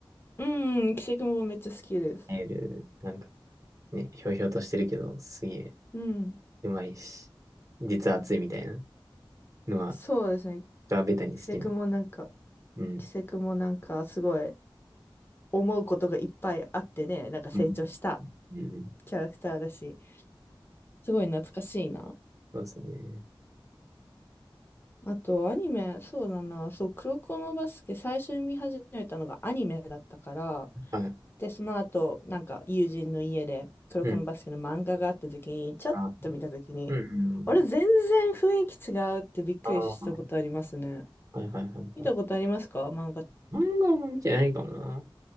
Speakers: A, on the left; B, on the right.
A: うん、キセクもめっちゃ好きです。
B: エーなんかね、ひょうひょうとしてるけど、すげえ
A: うん。
B: うまいし、実は熱いみたいなのは、
A: そうですね。
B: 僕はベタに好きな。
A: キセクもなんか、
B: うん。
A: キセクもなんかすごい思うことがいっぱいあってね、なんか成長した
B: うん。うん。
A: キャラクターだし。すごい懐かしいな。
B: そうですね。
A: あと、アニメ、そうだな、そう、黒子のバスケ、最初に見始めたのがアニメだったから、
B: はい。
A: で、その後、なんか、友人の家で、黒子のバスケの漫画があった時に、
B: うん。
A: ちょっと見た時に、
B: あ、うん、う
A: あれ、
B: ん。
A: 全然雰囲気違うってびっくりしたことありますね。
B: ああ、はいはいはいはい。
A: 見たことありますか漫画。
B: 漫画はあんま見てないかもな。